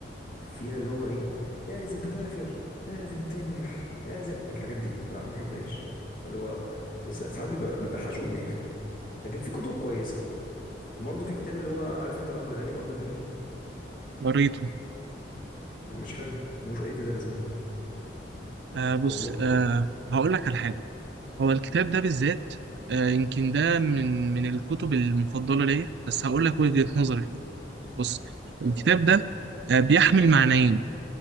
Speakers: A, on the left; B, on the right.
A: فيها اللي هو ايه لازم تسافر لازم تنجح لازم الحاجات دي لا ما بحبهاش اللي هو في سا- ساعات بيبقى بيبقى حشو دماغ لكن في كتب كويسه وبرضه في كتاب اللي هو عارف انت الاب الغني والاب الفقير
B: قريته
A: مش حلو ملوش اي تلاته لازمه
B: آه، بص
A: والله
B: آه، هقول لك على حاجة هو الكتاب ده بالذات آه، يمكن ده من من الكتب المفضلة ليا بس هقول لك وجهة نظري فيه بص الكتاب
A: تمام
B: ده آه، بيحمل معنيين